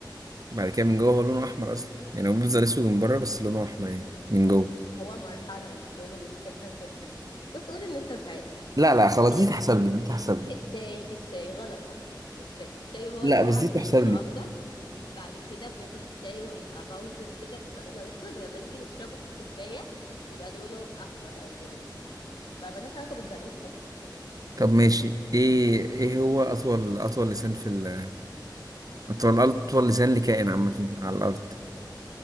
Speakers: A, on the right; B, on the left.
A: بعد كده من جوه هو لونه احمر اصلا يعني هو بيفضل اسود من بره بس لونه احمر يعني من
B: لا،
A: جوه
B: هو مرحله مش لونه مش حته وحته بص قول ان انت مش عارف
A: لا لا خلاص
B: الشاي
A: دي تحسب لي دي تحسب لي
B: الشاي الشاي غلط اصلا الشاي الشاي وهو
A: لا
B: زرع
A: بس دي
B: بيكون
A: تحسب
B: لونه
A: لي
B: اخضر بعد كده بناخد الشاي ويبقى باودر كده بيبقى لونه اسود ولما نيجي نشربه في الكوبايه بيبقى لونه احمر او بني فملهاش علاقه بالبرقوق اصلا
A: طب ماشي ايه ايه هو اطول اطول لسان في ال... اطول اطول لسان لكائن عامة على الارض